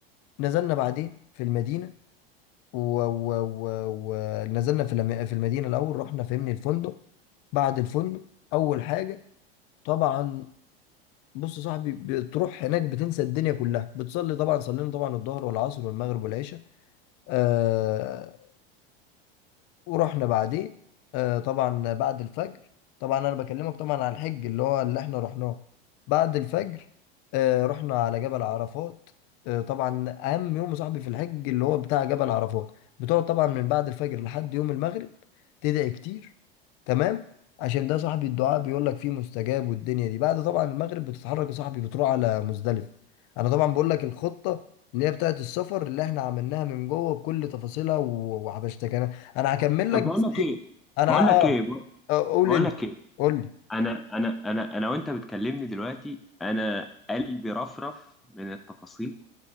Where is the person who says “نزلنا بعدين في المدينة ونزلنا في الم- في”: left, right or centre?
Left